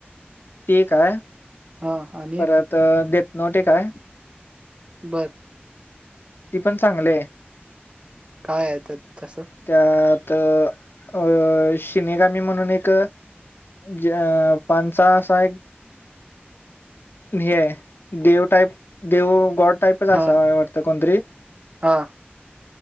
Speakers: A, on the left; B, on the right.
A: ते काय-
B: हा- आणि
A: परत डेट नॉट एक आहे.
B: बरं-
A: ती पण चांगली आहे.
B: काय आहे त्यात तसं
A: त्यात अ शिनेगामी म्हणून एक- जपानचा असा एक-
B: <inaudible>
A: हे आहे, देव टाईप देव, गॉड - टाईपच
B: हा
A: असा वाटत कोणतरी-
B: हा